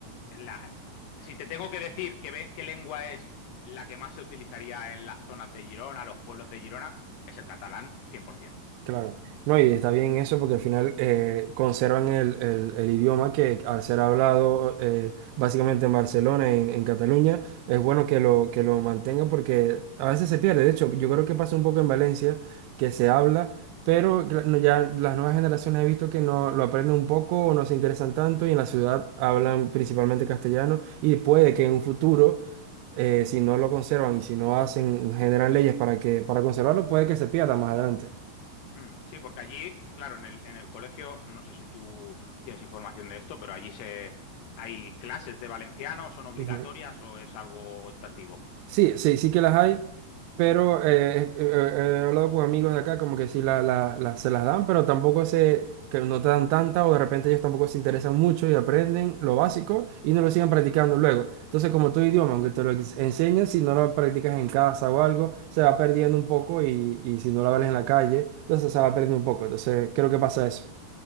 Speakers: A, on the left (about 80°); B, on the right (about 80°).
A: la- si te tengo que decir qué, ve- qué lengua es la que más se utilizaría en las zonas de Girona, los pueblos de Girona, es el catalán 100%.
B: Claro. No, y está bien eso porque al final eh, conservan el, el- el idioma que al ser hablado eh, básicamente en Barcelona, en, en Cataluña, es bueno que lo, que lo mantengan porque a veces se pierde. De hecho, yo creo que pasa un poco en Valencia que se habla, pero cla- no, ya las nuevas generaciones he visto que no lo aprenden un poco o no se interesan tanto y en la ciudad hablan principalmente castellano y puede que en un futuro... eh, si no lo conservan y si no hacen, generan leyes para que, para conservarlo, puede que se pierda más adelante.
A: Hmm, Sí, porque allí, claro, en el, en el colegio, no sé si tú tienes información de esto, pero allí se, hay clases de valenciano, son obligatorias
B: Ujú.
A: o es algo optativo.
B: Sí, sí, sí que las hay, pero eh, eh, eh, he hablado con amigos de acá como que sí la, la- la- se las dan, pero tampoco se, que no te dan tanta o de repente ellos tampoco se interesan mucho y aprenden lo básico y no lo siguen practicando luego. Entonces, como tu idioma, aunque te lo ex- enseñen, si no lo practicas en casa o algo, se va perdiendo un poco y, y si no lo hablas en la calle, entonces se va perdiendo un poco. Entonces, creo que pasa eso.